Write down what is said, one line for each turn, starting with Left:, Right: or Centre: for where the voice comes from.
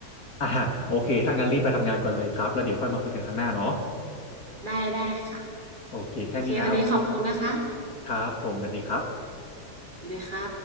Left: อ่าโอเคถ้างั้นรีบไปทำงานก่อนเลยครับแล้วเดี๋ยวค่อยมาคุยกันครั้งหน้าเนาะ
Right: ได้ได้ค่ะ
Left: โอเคแค่นี้นะ
Right: โอเควันนี้ขอบคุณนะคะ
Left: ครับผมสวัสดีครับ
Right: สวัสดีค่ะ